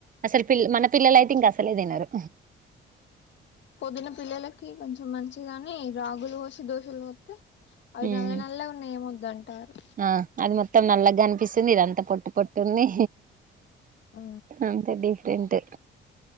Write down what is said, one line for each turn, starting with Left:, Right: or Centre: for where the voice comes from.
Right: అసలు పిల్ మన పిల్లలు అయితే ఇంకా అసలే తినరు
Left: పొదున పిల్లలకి కొంచెం మంచిగాని రాగులు పోసి దోశలు పోస్తే అవి
Right: ఉమ్
Left: నల్ల నల్లగ ఉన్నాయ్ ఏం ఒద్దు అంటారు
Right: ఆ అది మొత్తం నల్లగా కనిపిస్తుంది ఇదంతా పొట్టు పొట్టుంది
Left: ఆ
Right: అంతే డిఫరెంట్